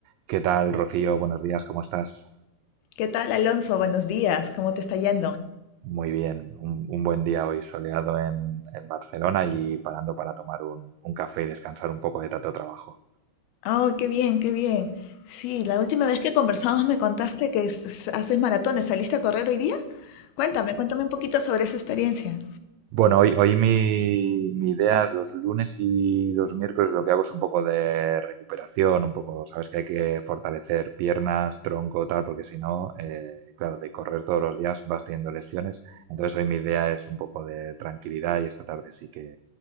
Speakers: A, on the right (about 90°); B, on the left (about 75°).
A: ¿Qué tal, Rocío? Buenos días, ¿cómo estás?
B: ¿Qué tal, Alonso? Buenos días. ¿Cómo te está yendo?
A: Muy bien, un, un buen día hoy soleado en, en Barcelona y parando para tomar un, un café y descansar un poco de tanto trabajo.
B: Oh, qué bien, qué bien. Sí, la última vez que conversamos me contaste que es- es- haces maratones. ¿Saliste a correr hoy día? Cuéntame, cuéntame un poquito sobre esa experiencia.
A: Bueno, hoy, hoy mi, mi idea, los lunes y los miércoles lo que hago es un poco de recuperación, un poco, sabes que hay que fortalecer piernas, tronco, tal, porque si no, eh, claro, de correr todos los días vas teniendo lesiones. Entonces hoy mi idea es un poco de tranquilidad y esta tarde sí que